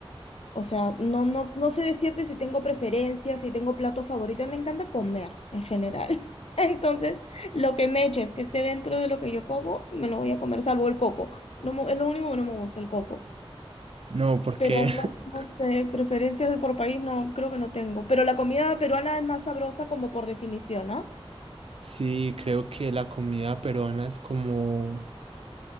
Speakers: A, on the left; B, on the right.
A: O sea, no, no, no sé decirte si tengo preferencias, si tengo plato favorito, me encanta comer en general. <laughs> Entonces, lo que me eches, que esté dentro de lo que yo como, me lo voy a comer, salvo el coco. No, me- es lo único que no me gusta, el coco.
B: No, porque
A: Pero
B: <laughs>
A: no, sé, no sé, preferencias por país no, creo que no tengo. Pero la comida peruana es más sabrosa como por definición, ¿ah?
B: sí, creo que la comida peruana es como,